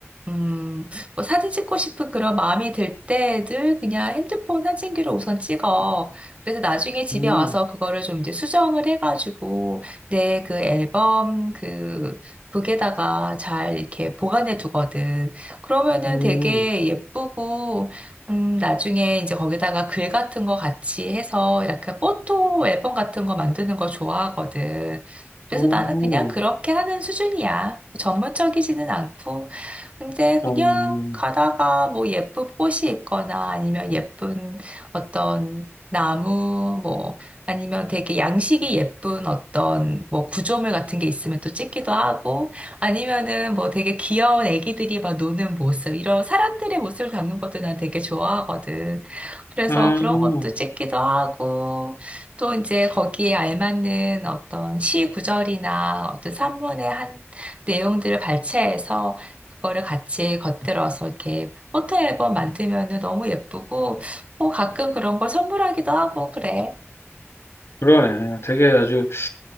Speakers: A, on the right (about 30°); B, on the left (about 60°).
A: 음, 뭐 사진 찍고 싶은 그런 마음이 들 때 늘 그냥 핸드폰 사진기로 우선 찍어. 그래서 나중에 집에
B: 음,
A: 와서 그거를 좀 이제 수정을 해가지고 내 그 앨범 그 북에다가 잘 이렇게 보관해 두거든. 그러면은
B: 음.
A: 되게 예쁘고, 음, 나중에 이제 거기다가 글 같은 거 같이 해서 이렇게 포토 앨범 같은 거 만드는 거 좋아하거든. 그래서
B: 음,
A: 나는 그냥 그렇게 하는 수준이야. 전문적이지는 않고. 근데 그냥
B: 음,
A: 가다가 뭐 예쁜 꽃이 있거나 아니면 예쁜 어떤 나무 뭐 아니면 되게 양식이 예쁜 어떤 뭐 구조물 같은 게 있으면 또 찍기도 하고 아니면은 뭐 되게 귀여운 애기들이 막 노는 모습 이런 사람들의 모습을 담는 것도 난 되게 좋아하거든. 그래서
B: 음,
A: 그런 것도 찍기도 하고 또 이제 거기에 알맞는 어떤 시 구절이나 어떤 산문의 한 내용들을 발췌해서 그거를 같이 겉들어서 이렇게 포토 앨범 만들면은 너무 예쁘고, 뭐 가끔 그런 걸 선물하기도 하고, 그래.
B: 그러네. 되게 아주,